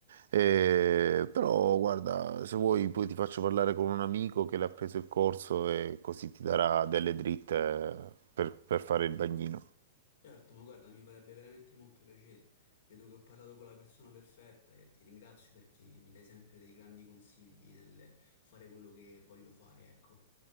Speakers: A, on the right; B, on the left.
A: Eh, però guarda, se vuoi poi ti faccio parlare con un amico che l'ha preso il corso e così ti darà delle dritte per, per fare il bagnino.
B: Certo, ma guarda, mi farebbe veramente molto piacere. Vedo che ho parlato con la persona perfetta e ti ringrazio perché mi dai sempre dei grandi consigli nel fare quello che voglio fare, ecco.